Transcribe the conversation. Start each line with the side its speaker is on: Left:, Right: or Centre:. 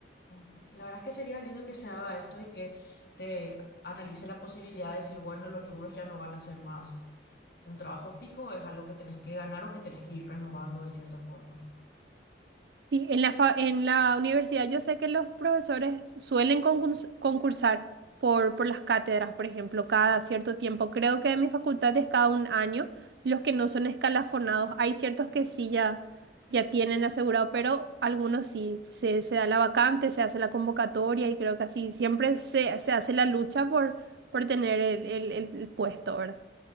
Left: Ujú. La verdad es que sería lindo que se haga esto y que se analice la posibilidad de decir, bueno, los rubros ya no van a ser más un trabajo fijo, es algo que tenés que ganar o que tenés que ir renovando de cierta forma.
Right: Sí, en la, fa- en la universidad yo sé que los profesores suelen concurs- concursar por, por las cátedras, por ejemplo, cada cierto tiempo. Creo que en mi facultad es cada un año. Los que no son escalafonados, hay ciertos que sí ya, ya tienen asegurado, pero algunos sí, se, se da la vacante, se hace la convocatoria y creo que así siempre se, se hace la lucha por, por tener el, el- el puesto, ¿verdad?